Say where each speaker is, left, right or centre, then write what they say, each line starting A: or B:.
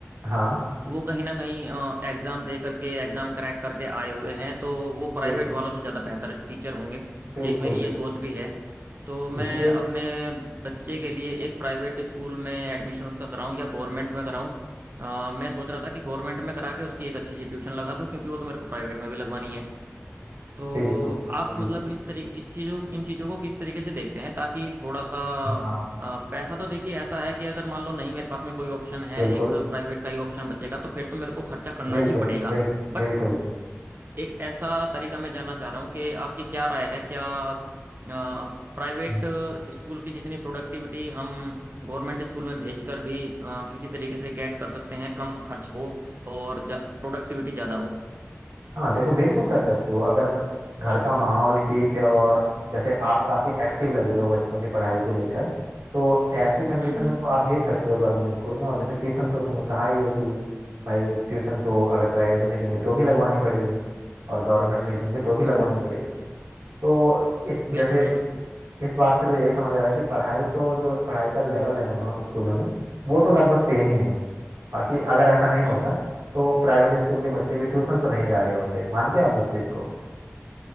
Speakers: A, on the right; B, on the right.
A: हाँ
B: वो कहीं ना कहीं एग्ज़ाम दे करके एग्ज़ाम क्रैक करके आए हुए हैं तो वो प्राइवेट
A: बिल्कुल
B: वालों से ज़्यादा बेहतर टीचर होंगे
A: बिल्कुल
B: एक मेरी
A: बिल्कुल
B: ये सोच भी है तो
A: ये
B: मैं अपने बच्चे के लिए एक प्राइवेट स्कूल में एडमिशन उसका कराऊं या गवर्नमेंट में कराऊं अ, मैं सोच रहा था कि गवर्नमेंट में करा के उसकी एक अच्छी सी ट्यूशन लगा दूं क्योंकि वो तो मेरे को प्राइवेट में भी लगवानी है तो
A: बिल्कुल बिल्कुल
B: आप मतलब
A: बिल्कुल-
B: इस तरीके इस चीज़ों इन चीज़ों को किस तरीके से देखते हैं ताकि थोड़ा सा
A: हाँ
B: अ, पैसा तो देखिए ऐसा है कि अगर मान लो नहीं मेरे पास में कोई ऑप्शन है
A: बिल्कुल
B: एक प्राइवेट का ही ऑप्शन बचेगा तो फिर तो मेरे को खर्चा करना
A: बिल्कुल
B: ही पड़ेगा
A: बिल्कुल
B: बट
A: बिल्कुल
B: एक ऐसा तरीका मैं जानना चाह रहा हूँ कि आपकी क्या राय है क्या प्राइवेट
A: बिल्कुल
B: स्कूल की जितनी प्रोडक्टिविटी हम गवर्नमेंट स्कूल में भेजकर भी अ, किसी तरीके से गेट कर सकते हैं कम खर्च हो और प्रोडक्टिविटी ज़्यादा हो
A: हाँ देखो बिल्कुल कर सकते हो अगर घर का माहौल ठीक है और जैसे आप काफी एक्टिव लग रहे हो बच्चों की पढ़ाई को लेकर तो ऐसी कंडीशन
B: हम्म
A: में
B: हम्म
A: तो आप भेज सकते हो गवर्नमेंट स्कूल में और जैसे ट्यूशन तो तुमने कहा ही है कि भाई ट्यूशन तो अगर प्राइवेट में भेजेंगे तो भी लगवानी पड़ेगी और गवर्नमेंट भेजेंगे तो भी लगवानी
B: हम्म,
A: पड़ेगी तो इस जैसे
B: बिल्कुल बिल्कुल
A: इस बात से तो यही समझ आ रहा है कि पढ़ाई तो जो पढ़ाई का लेवल है दोनों स्कूलों में वो तो लगभग सेम ही है बाकी अगर ऐसा नहीं होता
B: हम्म।
A: तो प्राइवेट स्कूल के बच्चे भी ट्यूशन तो नहीं जा रहे होते मानते हैं आप इस चीज को